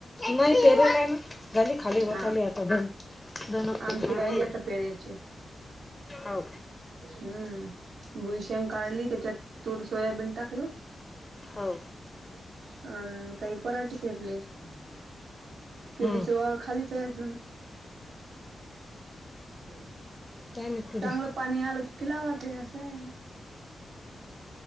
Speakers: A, on the left (about 15°); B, on the right (about 85°).
A: नाही, पेर नाही ना. झाली खाली होत
B: हा,
A: आली
B: का?
A: आता दोन दोन पटणार
B: आमची राहिली,
A: आहे
B: आता पेरायची. <unintelligible>
A: हो
B: हम्म. भुईशंग काढली. त्याच्यात तूर- सोयाबीन टाकलं.
A: काय
B: <unintelligible>
A: हो
B: अ, काही पराठ पेरली. <unintelligible> केडीचं
A: हं
B: वावर, खालीचय अजून. <unintelligible>
A: काय माहित, कुठय?
B: चांगलं पाणी आलं की, लावाते असंय.